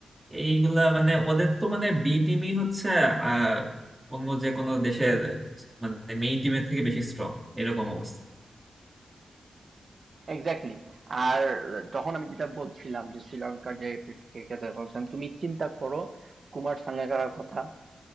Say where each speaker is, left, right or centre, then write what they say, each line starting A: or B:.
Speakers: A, on the right; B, on the right.
A: এইগুলা মানে ওদের তো মানে বি টিমই হচ্ছে আহ অন্য যে কোনো দেশের মানে মেইন টিমের থেকে বেশি স্ট্রং এরকম অবস্থা
B: এক্স্যাক্টলি আর যখন আমি যেটা বলছিলাম যে শ্রীলঙ্কার যে ক্রিকেটার বলছিলাম তুমি চিন্তা করো কুমার সাঙ্গাকারার কথা